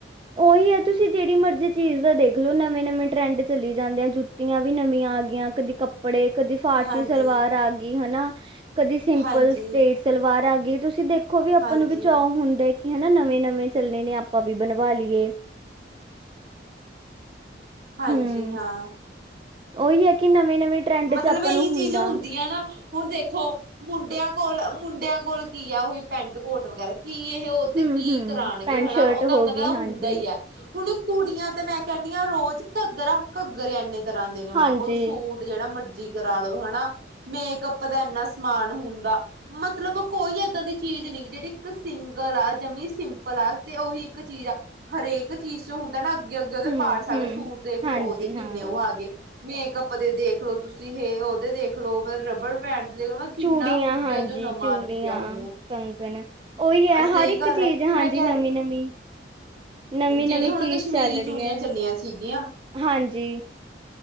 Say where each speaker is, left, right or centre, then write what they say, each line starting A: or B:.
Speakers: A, on the right (about 25°); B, on the right (about 55°).
A: ਉਹੀ ਹੈ ਤੁਸੀਂ ਜਿਹੜੀ ਮਰਜੀ ਚੀਜ਼ ਦਾ ਦੇਖਲੋ ਨਵੇਂ -ਨਵੇਂ ਟਰੈਂਡ ਚਲੀ ਜਾਂਦੇ ਆ ਜੁੱਤੀਆਂ ਵੀ ਨਵੀਆਂ ਆ ਗਈਆਂ ਕਦੀ ਕੱਪੜੇ ਕਦੀ ਫਾਰਸ਼ੀ
B: ਹਾਂਜੀ,
A: ਸਲਵਾਰ ਆ ਗਈ, ਹਨਾ ਕਦੀ ਸਿੰਪਲ
B: ਹਾਂਜੀ,
A: ਸਟੇਟ ਸਲਵਾਰ ਆ ਗਈ। ਕਿ ਤੁਸੀਂ ਦੇਖੋ ਦੇਖੋ ਵੀ ਆਪਾਂ
B: ਹਾਂਜੀ,
A: ਨੂੰ ਵੀ ਚੌਅ ਹੁੰਦਾ ਈ ਕਿ ਹਨਾ ਨਵੇਂ -ਨਵੇਂ ਚੱਲੇ ਨੇ ਆਪਾਂ ਵੀ ਬਣ ਵਾਲੀਏ।
B: ਹਾਂਜੀ,
A: ਹੂੰ
B: ਹਾਂ।
A: ਉਹੀ ਹੈ ਕਿ ਨਵੇਂ -ਨਵੇਂ ਟਰੈਂਡ
B: ਮਤਲਬ
A: 'ਚ ਆਪਾਂ
B: ਇਹੀ
A: ਨੂੰ
B: ਚੀਜ਼
A: ਹੁੰਦਾ
B: ਹੁੰਦੀ ਹੈ ਨਾ ਹੁਣ ਦੇਖੋ ਮੁੰਡਿਆਂ ਕੋਲ ਮੁੰਡਿਆਂ ਕੋਲ ਕੀ ਆ, ਉਹੀ ਪੈਂਟ ਕੋਟ ਵਗੈਰਾ। ਕੀ ਇਹ ਉਹ ਤੇ
A: ਹੂੰ
B: ਕੀ
A: ਹੂੰ
B: ਕਰਾਣਗੇ
A: ਪੈਂਟ
B: ਹਨਾ
A: ਸ਼ਰਟ
B: ਉਹ ਤਾਂ ਉਹਨਾਂ
A: ਹੋ ਗਈ
B: ਦਾ
A: ਹਾਂਜੀ
B: ਹੁੰਦਾ ਹੀ ਹੈ। ਹੁਣ ਕੁੜੀਆਂ ਤੇ ਮੈਂ ਕਹਿੰਦੀ ਹਾਂ ਰੋਜ਼ ਘੱਗਰਾ ਘੱਗਰੇ ਐਨੇ ਤਰ੍ਹਾਂ ਦੇ ਨੇ ਉਹਨਾਂ
A: ਹਾਂਜੀ
B: ਕੋਲ ਸੂਟ ਜਿਹੜਾ ਮਰਜੀ ਕਰਾ ਲਓ ਹਨਾ ਮੇਕਅੱਪ ਦਾ ਇੰਨਾ ਸਮਾਨ ਹੁੰਦਾ ਮਤਲਬ ਕੋਈ ਏਦਾਂ ਦੀ ਚੀਜ਼ ਨੀ ਵੀ ਜਿਹੜੀ ਇੱਕ ਸਿੰਗਲ ਆ ਜਮੀ ਸਿੰਪਲ ਆ ਤੇ ਉਹੀ ਇੱਕ ਚੀਜ਼ ਆ ਹਰੇਕ ਚੀਜ਼ ਚ ਹੁੰਦਾ ਨਾ। ਅੱਗੇ -ਅੱਗੇ ਉਹਦੇ
A: ਹੂੰ
B: ਪਾਰਟਸ ਆ
A: ਹੂੰ
B: ਗਏ, ਸੂਟ ਦੇਖ
A: ਹਾਂਜੀ
B: ਲਓ ਉਹਦੇ ਕਿੰਨੇ
A: ਹਾਂ
B: ਉਹ ਆ ਗਏ। ਮੇਕਅੱਪ ਦੇ ਦੇਖ ਦੇਖਲੋ ਤੁਸੀਂ ਹ ਉਹਦੇ ਦੇਖਲੋ ਮ ਰਬੜ ਬੈਂਡ ਦੇ ਦੇਖਲੋ ਮੈਂ ਕਿੰਨਾ
A: ਚੂੜੀਆਂ
B: ਕੁੱਜਾ
A: ਹਾਂਜੀ
B: ਜੋ ਨਵਾਂ
A: ਚੂੜੀਆਂ
B: ਆ ਚੁੱਕਿਆ ਹੁਣ
A: ਕੰਗਣ ਉਓਹੀ ਹੈ
B: ਸਹੀ
A: ਹਰ ਇੱਕ
B: ਗੱਲ
A: ਚੀਜ਼
B: ਹੈ ਮੈਂ
A: ਹਾਂਜੀ
B: ਕਿਹਾ
A: ਨਵੀਂ ਨਵੀਂ ਨਵੀਂ
B: ਜਿਹੜੀ
A: ਨਵੀਂ
B: ਹੁਣ
A: ਚੀਜ਼
B: ਕਸ਼ਮੀਰੀ
A: ਚੱਲ ਰਹੀ
B: ਚੂੜੀਆਂ
A: ਹੈ
B: ਚੱਲੀਆਂ ਸੀਗੀਆਂ
A: ਹਾਂਜੀ